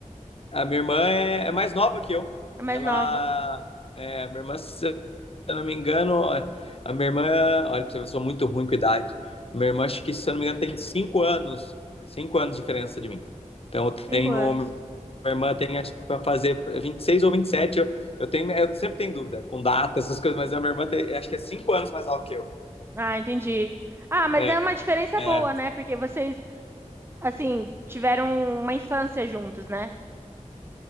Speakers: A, on the left; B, on the right.
A: A minha irmã é, é mais nova que eu.
B: É mais
A: Ela.
B: nova,
A: É, a minha irmã, se eu não me engano, a minha irmã. Olha, pra você ver, eu sou muito ruim com idade. Minha irmã, acho que, se eu não me engano, tem cinco anos. Cinco anos de diferença de mim. Então, eu
B: cinco
A: tenho.
B: anos.
A: Minha irmã tem, acho que, pra fazer 26 ou 27. Eu, eu tenho, eu sempre tenho dúvida com data, essas coisas, mas a minha irmã tem, acho que é cinco anos mais nova que eu.
B: Ah, entendi. Ah, mas
A: É,
B: é uma diferença
A: é,
B: boa, né? Porque vocês, assim, tiveram uma infância juntos, né?